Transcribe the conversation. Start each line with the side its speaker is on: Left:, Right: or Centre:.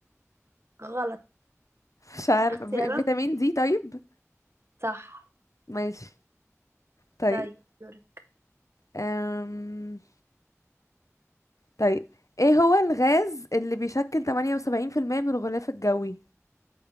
Right: غلط
Left: مش عارف
Right: اختيارات
Left: في- فيتامين دي طيب
Right: صح
Left: ماشي طيب
Right: طيب دورك
Left: أم... طيب ايه هو الغاز اللي بيشكل 78% من الغلاف الجوي